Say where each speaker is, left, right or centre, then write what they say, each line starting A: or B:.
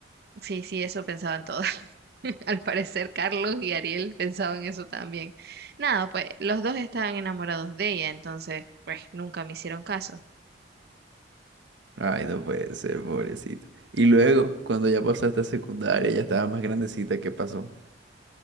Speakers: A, on the right; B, on the right.
A: Sí, sí, eso pensaban todos. <laughs> Al parecer Carlos y Ariel pensaban eso también. Nada, pues los dos estaban enamorados de ella, entonces, pues nunca me hicieron caso.
B: Ay, no puede ser, pobrecita. Y luego, cuando ya pasaste a secundaria, ya estaba más grandecita, ¿qué pasó?